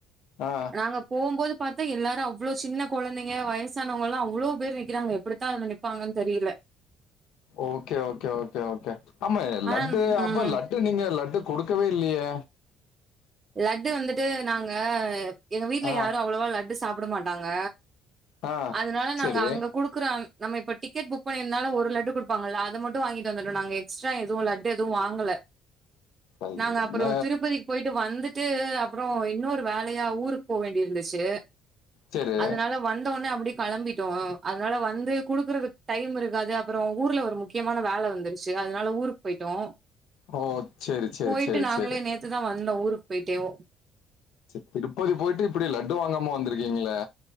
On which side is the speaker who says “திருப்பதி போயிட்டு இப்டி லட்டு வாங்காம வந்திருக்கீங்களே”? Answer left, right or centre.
Left